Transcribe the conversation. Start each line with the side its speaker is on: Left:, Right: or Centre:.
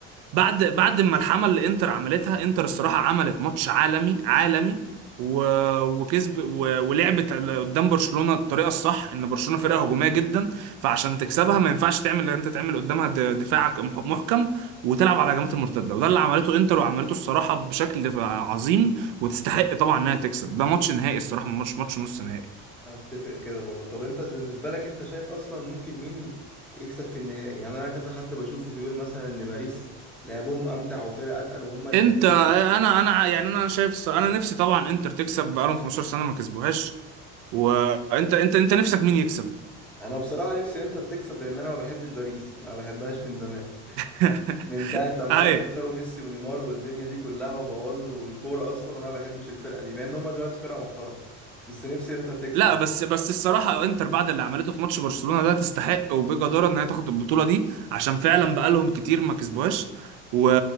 Right: بعد بعد ما الحمل اللي انتر عملتها انتر الصراحه عملت ماتش عالمي عالمي و... وكسب و... ولعبت قدام برشلونه الطريقه الصح ان برشلونه فرقه هجوميه جدا فعشان تكسبها ما ينفعش تعمل اللي انت تعمل قدامها د- دفاع مح- محكم وتلعب على هجمات المرتده وده اللي عملته انتر وعملته الصراحه بشكل عظيم وتستحق طبعا انها تكسب ده ماتش نهائي الصراحه مش ماتش نص نهائي
Centre: اتفق كده برضه طب انت بالنسبه لك انت شايف اصلا ممكن مين يكسب في النهائي يعني انا كذا حد بشوفه بيقول مثلا ان باريس لعبهم امتع وفرق اتقل وهم اللي
Right: انت
Centre: هيكسبوا
Right: انا انا يعني انا شايف الصراحة انا نفسي طبعا انتر تكسب بقالهم 15 سنه ما كسبوهاش وانت انت انت نفسك مين يكسب
Centre: انا بصراحه نفسي انتر تكسب لان انا ما بحبش باريس ما بحبهاش من زمان
Right: <laughs>
Centre: من ساعه لما
Right: ايوه
Centre: راحوا اختاروا ميسي ونيمار والدنيا دي كلها وبوظوا الكوره اصلا انا ما بحبش الفرقه دي مع ان هم دلوقتي فرقه محترمه بس نفسي انتر تكسب
Right: لا بس بس الصراحه انتر بعد اللي عملته في ماتش برشلونه ده تستحق وبجداره ان هي تاخد البطوله دي عشان فعلا بقالهم كتير ما كسبوهاش و...